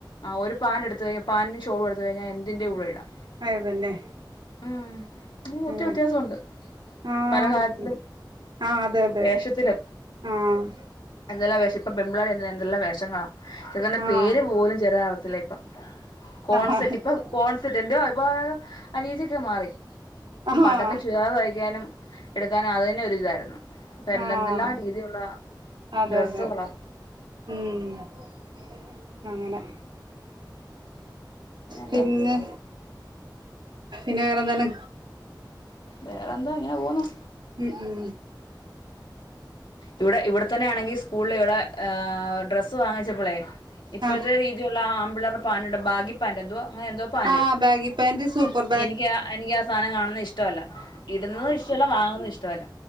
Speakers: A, on the left; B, on the right.
A: ആ ഒരു പാൻഡ് എടുത്ത് കഴിഞ്ഞാൽ പാന്റും ഷോളും എടുത്ത് കഴിഞ്ഞാൽ എന്തിന്റെ കൂടെയിടാം
B: അത് തന്നെ
A: ഉം
B: പിന്നെ
A: ഒത്തിരി വ്യത്യാസമുണ്ട്
B: ആഹ്
A: പല കാര്യത്തിലും
B: ആഹ് അതെ അതെ
A: വേഷത്തിലും
B: ആഹ്
A: എന്തെല്ലാം വേഷം ഇപ്പൊ പെംപിള്ളാർ തന്നെ എന്തെല്ലാം വേഷങ്ങളാ ചെലതിന്റെ
B: ആഹ്
A: പേര് പോലും ചെലര് അറിയത്തില്ല ഇപ്പൊ കോൺസെറ്റ്
B: ആഹ്
A: ഇപ്പൊ കോൺസെപ്റ്റോ എന്റോ അഭിപ്രായം ആ രീതിയൊക്കെ മാറി ഇപ്പൊ
B: ആഹ്
A: പണ്ടൊക്കെ ചുരിദാർ തയ്ക്കാനും എടുക്കാനും അത് തന്നെ ഒരു ഇതായിരുന്നു. ഇപ്പ എന്തെല്ലാം
B: ആഹ്
A: രീതികളാ
B: അതെ
A: ഡ്രസ്സുകളാ
B: അതെ ഉം അങ്ങനെ
A: പിന്നെന്താ
B: പിന്നെ? പിന്നെ വേറെന്താണ്?
A: വേറെ എന്താ ഇങ്ങനെ പോവുന്നു
B: ഉം ഉം
A: ഇവിടെ ഇവിടെത്തന്നെയാണെങ്കിൽ സ്കൂളിൽ ഇവിടെ ഏഹ് ഡ്രസ്സ് വാങ്ങിച്ചപ്പളെ ഇപ്പഴത്തെ
B: ആ
A: രീതി യുള്ള ആ ആംമ്പിള്ളാര്‌ടെ പാൻ്റുണ്ട് ബാഗി പാന്റ് എന്തുവ? അങ്ങനെന്തോ പാന്റ്?
B: ആ ബാഗി പാന്റ് സുപ്പർ
A: എനിക്ക് ആ എനിക്ക് ആ സാധനം കാണുന്നത് ഇഷ്ടവല്ല ഇടുന്നതും ഇഷ്ടവല്ല വാങ്ങുന്നതും ഇഷ്ടമല്ല